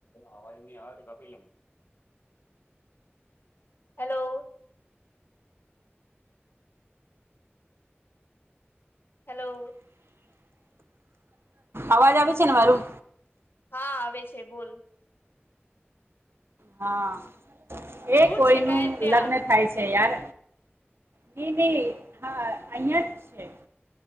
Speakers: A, on the left; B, on the right.
A: અવાજ ની આવે તો કાપી લેમ હેલો. હેલો.
B: અવાજ આવે છે, ને મારું
A: હા આવે છે બોલ
B: હા એ
A: દૂર
B: કોઈનુ
A: છે કાય ત્યાં
B: લગ્ન થાય છે, યાર નઈ નઈ હા અહિયાં જ છે.